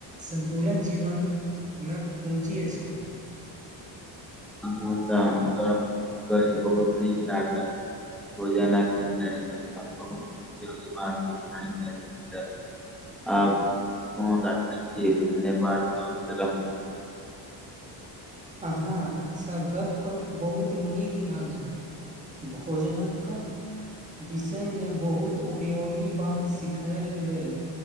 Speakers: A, on the right; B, in the centre.
A: सन्तुलन जीवन में कुञजी अछि
B: अहाँ से गप्प क बहुत नीक लागल हो <unintelligible> जाना गत है अ बहुत उोगिक आब फोन राखैत छी धन्यवाद स्वस्थ रहू
A: अहाँसँ गप्प गप बहुत नीक लागल भोजनक विषयमे बहुत उपयोगी बात सिखय लेल